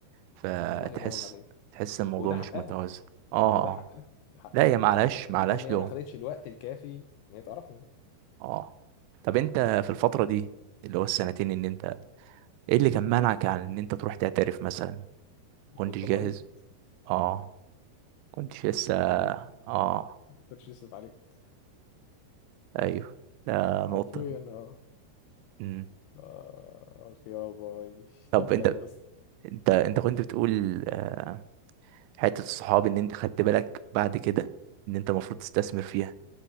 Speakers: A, on the right; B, on the left.
A: فتحس
B: الله ينور عليه
A: تحس الموضوع
B: وده
A: مش
B: حقها
A: متوازن آه
B: وده
A: آه
B: حقها ده حقها
A: لا هي معلش
B: تمام لان
A: معلش
B: هي
A: لوم
B: ما خدتش الوقت الكافي ان هي تعرفني
A: آه طب أنت في الفترة دي اللي هو السنتين إن أنت إيه اللي كان مانعك عن إن أنت تروح تعترف مثلا؟ كنتش
B: كنت
A: جاهز؟
B: مريض
A: آه كنتش لسه
B: كنت مريض
A: آه
B: ما كنتش لسه اتعالجت
A: ايوه ده نقطة
B: حرفيا اه
A: مم.
B: آه يا باي
A: طب
B: تبا
A: انت
B: يا اسطى
A: انت انت كنت بتقول آه، حتة الصحاب ان انت خدت بالك بعد كده ان انت المفروض تستثمر فيها